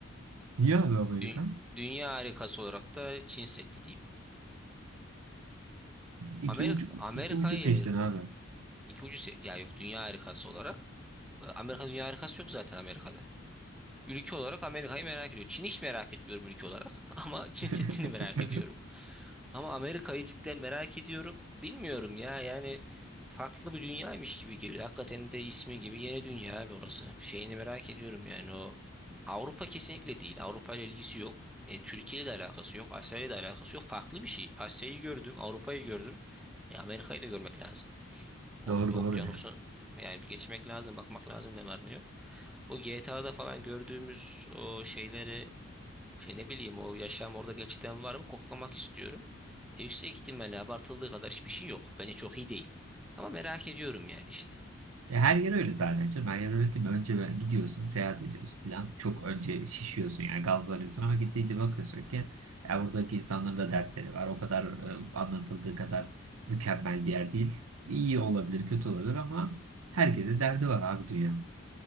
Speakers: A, on the right (about 80°); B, in the centre.
A: Niye abi Amerika?
B: Dü- dünya harikası olarak da Çin Seddi diyeyim.
A: İki
B: Amerika
A: ucu,
B: Amerika'yı
A: iki ucu seçtin abi.
B: iki ucu se- ya yok dünya harikası olarak e, Amerika dünya harikası yok zaten Amerika'da. Ülke olarak Amerika'yı merak ediyor. Çin hiç merak etmiyorum ülke olarak <laughs> ama Çin
A: <laughs>
B: Seddi'ni merak ediyorum. Ama Amerika'yı cidden merak ediyorum. Bilmiyorum ya yani farklı bir dünyaymış gibi geliyor. Hakikaten de ismi gibi yeni dünya abi orası. Şeyini merak ediyorum yani o Avrupa kesinlikle değil. Avrupa ile ilgisi yok. E, Türkiye ile de alakası yok. Asya ile de alakası yok. Farklı bir şey. Asya'yı gördüm, Avrupa'yı gördüm. E, Amerika'yı da görmek lazım. O,
A: Doğru doğru
B: okyanusu
A: ya.
B: yani bir geçmek lazım, bakmak lazım ne var ne yok. O GTA'da falan gördüğümüz o şeyleri şey ne bileyim o yaşam orada gerçekten var mı koklamak istiyorum. E, yüksek ihtimalle abartıldığı kadar hiçbir şey yok. Bence çok iyi değil. Ama merak ediyorum yani işte.
A: Ya her yer öyle zaten canım. Her yer öyle değil mi? Önce böyle gidiyorsun, seyahat ediyorsun falan. Çok önce şişiyorsun yani gazlanıyorsun ama gittiğince bakıyorsun ki ya buradaki insanların da dertleri var. O kadar e, anlatıldığı kadar mükemmel bir yer değil. İyi olabilir, kötü olabilir ama herkesin derdi var abi dünya.